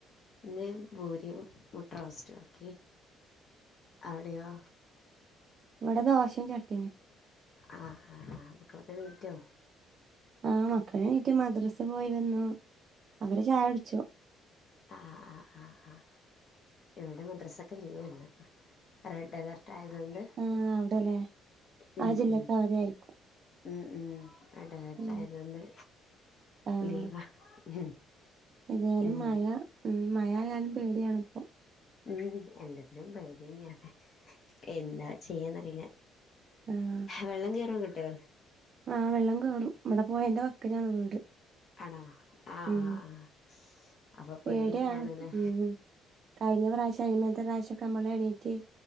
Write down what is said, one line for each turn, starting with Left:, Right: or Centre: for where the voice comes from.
Left: ഇന്ന് പൂരിം മുട്ട റോസ്റ്റും ആക്കി അവിടെയോ
Right: ഇവടെ ദോശേം ചട്ട്ണീം
Left: ആഹ് ആ ആ മക്കളൊക്കെ നീറ്റോ
Right: ആഹ് മക്കളെണീറ്റ് മദ്രാസപോയി വന്നു അവര് ചായൊടിച്ചു.
Left: ആ ആ ആ ആഹ് ഇവടെ മദ്രസൊക്കെ ലീവാന്ന് റെഡ് അലാർട്ടായതൊണ്ട്
Right: ആഹ് അവിടെല്ലേ
Left: ഉം
Right: ആ ജില്ലക്ക്
Left: ഉം
Right: അവധിയായിരിക്കും
Left: ഉം ഉം റെഡ് അലാർട്ടായതോണ്ട്
Right: ഉം ആഹ്
Left: ലീവാ ഉം
Right: ഏതായാലും
Left: ഉം
Right: മഴ ഉം മയായാലും പേടിയാണിപ്പൊ
Left: ഉം എല്ലത്തിനും പേടി എന്നേണ് എന്താ ചെയ്യാന്നറിയില
Right: ആഹ്
Left: വെള്ളം കയറോ അങ്ങട്ട്
Right: ആ വെള്ളം കേറും ഇവടെ പൊയന്റെ വക്കിലാണ് വീട്
Left: ആണോ ആഹ്
Right: ഉം
Left: ആഹ് ആഹ് അപ്പൊ
Right: പേടിയാണ്
Left: പേടിന്നെയാണ്ല്ലേ
Right: ഉം കഴിഞ്ഞ പ്രാവശ്യം അയ്ന്റെ മുന്നത്തെ പ്രാവശ്യം അമ്മള് എണീറ്റ്